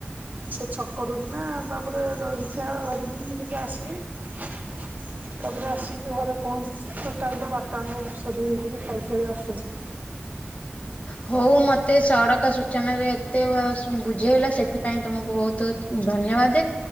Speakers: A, on the right; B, on the left.
A: ଛେ ଛକରୁ କିନା ତାପରେ ଜଳଖିଆ ଧରିକିରି ଟିକେ ଆସିଲି। ତାପରେ ଆସିକି ଘରେ ପହଞ୍ଚିଚି ଟୋଟାଲ ତ ବାଟ ଆଙ୍କ ବର୍ଷା ଧୀରେ ଧୀରେ ଖାଇ ଖାଇ ଆସୁଚି।
B: ହଉ ମତେ ସଡ଼କ ସୂଚନା ରେ ଏତେ ବୁଝେଇଲ ସେଥିପାଇଁ ତମକୁ ବହୁତୁ ବହୁତୁ ଧନ୍ୟବାଦ